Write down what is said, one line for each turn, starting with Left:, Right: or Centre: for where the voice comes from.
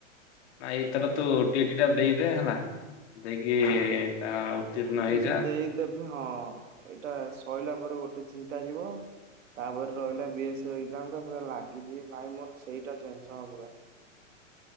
Left: ନାଇଁ ଏଥର ତୁ ଓ ଟି ଟି ଏଟା ଦେଇଦେ ହେଲା ଦେଇକି ତା ଉତ୍ତୀର୍ଣ୍ଣ
Right: ଗୋଟେଠି
Left: ହେଇଯା
Right: ଦେଇଦେବି ହଁ ଏଇଟା ସଇଲା ପରେ ଗୋଟେ ଚିନ୍ତା ଯିବ। ତାପରେ ରହିଲା ବିଏସ୍ଇ ଏକଜାମ୍ ଟା ପୁରା ଲାଗିକି ଭାଇ ମୋର ସେଇଟା ଟେନସନ୍ ପୁରା।